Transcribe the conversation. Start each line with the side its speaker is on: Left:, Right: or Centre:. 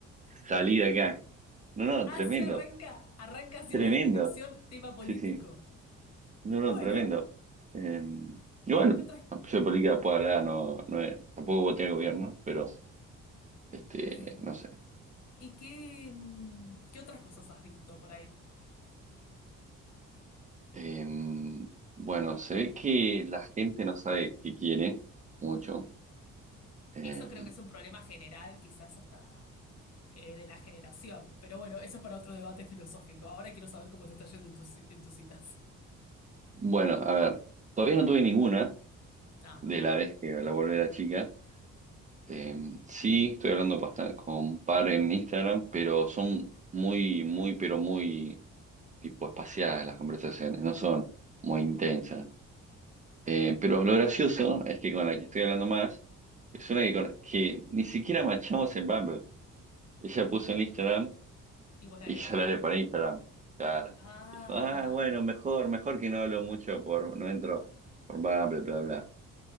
Right: salí de acá. No, no,
Left: Así
Right: tremendo,
Left: arranca, arranca así
Right: tremendo.
Left: la descripción, tema político.
Right: Sí, sí. No, no,
Left: Bueno,
Right: tremendo. Eh, igual,
Left: ¿qué otras,
Right: yo de política puedo hablar, no, no es- tampoco voté al gobierno, pero este,
Left: eh,
Right: no sé.
Left: ¿y qué, mm, qué otras cosas has visto por ahí?
Right: Eh, bueno, se ve que la gente no sabe qué quiere mucho. Eh,
Left: Eso creo que es un problema general, quizás hasta eh, de la generación. Pero bueno, eso es para otro debate filosófico. Ahora quiero saber cómo te está yendo en tus, en tus citas.
Right: bueno, a ver, todavía no tuve ninguna
Left: Ah,
Right: de la vez que la volví a la chica. Eh, sí, estoy hablando bastante con un par en Instagram, pero son muy, muy, pero muy tipo espaciadas las conversaciones, no son muy intensas. Eh, pero lo gracioso es que con la que estoy hablando más es una que, con- que ni siquiera machamos en Bumble. Ella puso
Left: y,
Right: en Instagram
Left: y vos le
Right: y
Left: agregaste.
Right: <laughs> yo la haré para Instagram. Claro.
Left: Ah,
Right: Dijo, ah, bueno, mejor, mejor que no hablo mucho por, no entro por Bumble, bla, bla.